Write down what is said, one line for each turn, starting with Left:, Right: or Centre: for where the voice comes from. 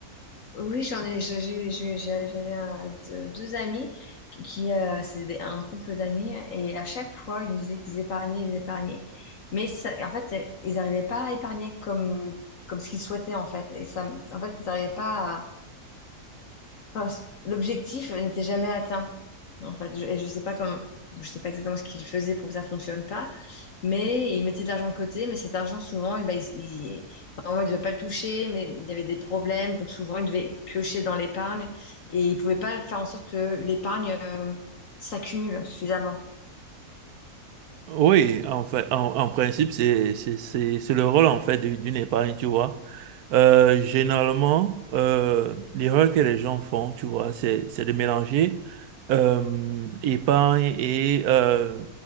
Left: Oui, j'en ai, j'ai- j'ai- j'ai- j'ai- j'avais un- deux, deux amis qui, qui, euh, c'est des- un couple d'amis, et à chaque fois, ils me disaient qu'ils épargnaient, ils épargnaient. Mais ça- en fait, c'est- ils n'arrivaient pas à épargner comme, comme ce qu'ils souhaitaient, en fait. Et ça, me- en fait, ils n'arrivaient pas Enfin, c- l'objectif n'était jamais atteint. En fait, je, et je sais pas comment, je sais pas exactement ce qu'il faisait pour que ça fonctionne pas, mais il mettait de l'argent de côté, mais cet argent souvent, eh ben, il, il, normalement, il devait pas le toucher, mais il y avait des problèmes, donc souvent il devait piocher dans l'épargne et il pouvait pas faire en sorte que l'épargne euh, s'accumule suffisamment.
Right: oui, en fait, en, en principe, c'est, c'est, c'est, c'est le rôle en fait de- d'une épargne, tu vois. Euh, généralement, euh, l'erreur que les gens font, tu vois, c'est, c'est de mélanger euh, épargne et, euh,